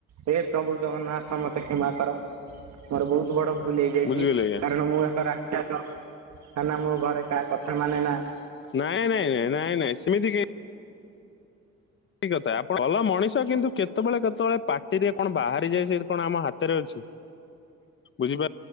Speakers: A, on the right; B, on the left.
A: ଏ ପ୍ରଭୁ ଜଗନ୍ନାଥ ମତେ କ୍ଷମା କର ମୋର ବହୁତ ବଡ ଭୁଲ ହେଇଯାଇଛି।
B: ବୁଝିଗଲି ଆଜ୍ଞା
A: କାରଣ ମୁଁ ଏକ ରା କାଁ ନା ମୁଁ ଘରେ କାହା କଥା ମାନେ ନା।
B: ନାଇଁ ନାଇଁ ନାଇଁ ନାଇଁ ନାଇଁ ସେମିତି କେହି ଠିକ କଥା ଆପଣ ଭଲ ମଣିଷ କିନ୍ତୁ କେତେବେଳେ କେତେବେଳେ ପାଟିରେ କଣ ବାହାରି ଯାଏ ସେି କଣ ଆମ ହାତରେ ଅଛି। ବୁଝିିବା